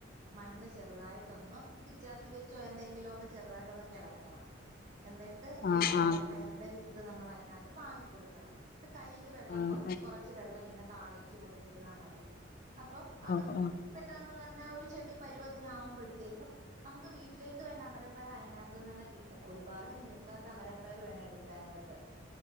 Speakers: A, on the right; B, on the left.
A: മണ്ണ് ചെറ്തായിട്ടൊന്ന് പിച്ചാത്തി വെച്ചു തോ എന്തെങ്കിലും ഒന്ന് ചെറുതായിട്ടൊന്ന് കെളക്കണം എന്നിട്ട്
B: ആഹ്
A: ഈ അമരപ്പയറിന്റെ
B: ആഹ്
A: വി ത്ത് നമ്മൾ അതിനകത്ത് പാകി കൊടുക്കണം ഇത് കയ്യില് വെള്ളം
B: ആഹ്
A: കൊറച്ച് കൊറ ച്ചി വെള്ളം ഇങ്ങനെ താളിച്ചു കൊടുത്തിരുന്നാ മതി അപ്പം
B: ആഹ്
A: അത്
B: ആഹ്
A: പെട്ടെന്ന് തന്നെ ഒരു ചെടി പരുവത്തിന് ആവുമ്പഴത്തേക്കും നമുക്ക് വീട്ടിലേക്ക് വേണ്ട അമരപ്പയർ അതിനക ഇത് ന്നന്നെ കിട്ടും ഒരുപാട് മൂക്കാത്ത അമരപ്പയർ വേണം എടുക്കാനായിട്ട്